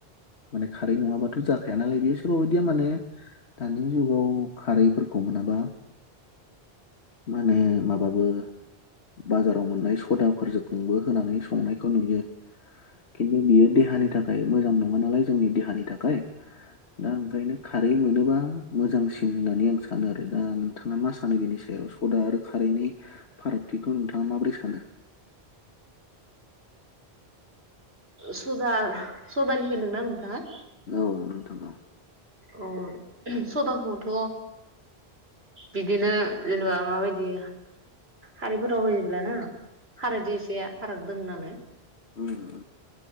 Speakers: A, on the left; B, on the right.
A: माने खारै नङाबाथ' जा। खायानालाय बेयो। सोरबा बायदिया माने दा। नि जुगाव खारैफोरखौ मोनाबा। माने। माबाबो बाजाराव मोननाय सदाफोरजोंबो होनानै संनायखौ नुयो। खिन्थु बियो। देहानि थाखाय मोजां नङा नालाय जोंनि देहानि थाखाय। दा ओंखायनो खा। खारै मोनोबा। मोजांसिन होननानै आं सानो आरो दा नोंथाङा मा सा। सानो बिनि सायाव सदा आरो। खारैनि फारागथिखौ नोंथाङा माब्रै सानो?
B: सदा सदानि होनदोंना नोंथाङा?
A: औ नोंथां औ।
B: अ सदाखौथ' बिदिनो जेनेबा माबायदि खारिफोराव होयोब्लाना खारादै एसे फाराग दङ नालाय।
A: उम उम।